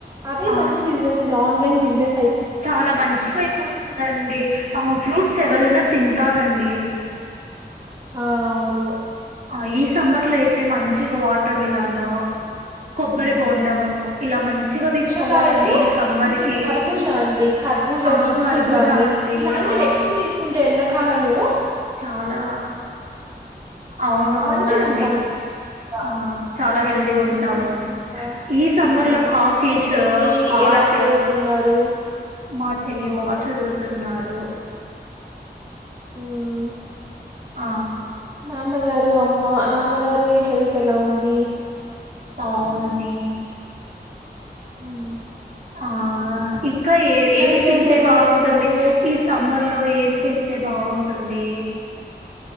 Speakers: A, on the right; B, on the right.
A: అదే
B: ఆ
A: మంచి బిజినెస్ అండి ఆన్లైన్. బిజనేస్
B: చాలా మంచిగా అయిపోతుందండి ఆ ఫ్రూట్స్ ఎవరైనా తింటా రండి
A: హ అవ్ ను
B: ఆ ఈ సమ్మర్ లో అయితే మంచిగా వాటర్ మిలాను కొబ్బరి బోండము ఇలా మంచిగా
A: పుచ్చకాయలే
B: తీసుకోవాలండి ఈ సమ్మర్
A: ఎక్కువ తిండు
B: కి
A: కర్బూజా అండి కర్బూజ
B: ఆ
A: జ్యూసులు
B: కర్బూజా
A: కానీ
B: అండి
A: ఇలాంటివి
B: ఆ
A: ఎక్కువ తీసుకుంటే ఎండ కాలము
B: చాలా అవును
A: మంచిగా
B: అవునా అండి
A: ఉంటామండి హెల్తీగా
B: ఆ చాలా హెల్తీగా ఉంటాము
A: ఉమ్, ఇంకా
B: ఈ సమ్మర్
A: అవును
B: లో కాఫీ
A: మీ
B: ఫీస్
A: చెల్లి
B: హార్ట్
A: ఎలా చదువుతున్నారు
B: మా చెల్లి
A: అవును
B: బాగా చదువుతున్ ఉన్నారు
A: మ్మ్
B: ఆ
A: నాన్నగారు అమ్మ నాన్నగారి హెల్త్ ఎలా ఉంది.
B: బావుంది
A: మ్మ్
B: ఆ ఇంకా ఏ ఏం
A: ఈరోజు
B: తింటే బాగుంటుంది.
A: వండుకున్నారు
B: ఈ సమ్మర్ లో ఏం చేస్తే బావుంటుంది